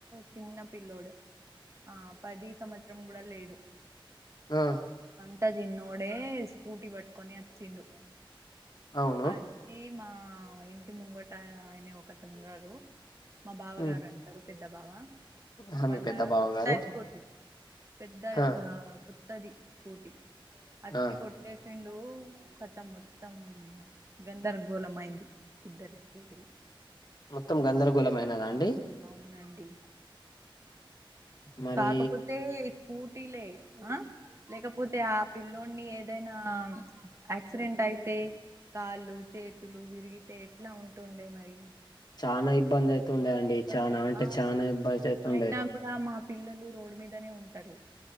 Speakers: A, on the right; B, on the left.
A: చిన్న పిల్లోడే ఆ పది సంవత్సరం కూడా లేడు
B: ఆ
A: అట్ట చిన్నోడే స్కూటీ పట్టుకొని వచ్చిండు
B: అవును
A: అచ్చి మా ఆ ఇంటి ముంగట అయనే ఒకతున్నారు మా బావగారు
B: ఉమ్,
A: అంటరు పెద్ద బావా
B: ఆ
A: వాళ్ళ
B: మీ పెద్ద బావ
A: కొత్తయి
B: గారు
A: స్కూటీ పెద్ద
B: ఆ
A: కొత్తది స్కూటీ అచ్చి
B: ఆ
A: కొట్టేసిండు ఖతం మొత్తం గంధరగోళం అయింది ఇద్దరి స్కూటి
B: మొత్తం గందరగోళం ఐనదా అండి
A: అవునండి
B: మరి
A: కాకపోతే స్కూ టిలే లేకపోతే ఆ పిల్లోడిని ఏదైనా యాక్సిడెంట్ అయ్ తే కాళ్ళు చేతులు విరిగితే ఎట్లా ఉంటుండే మరి
B: చానా ఇబ్బంది అయితుండే అండి
A: ఇబ్బంది
B: చానా అంటే
A: ఆ
B: చానా ఇబ్బంది అయితుండే
A: అయినా కూడా మా పిల్లలు రోడ్ మీదనే ఉంటారు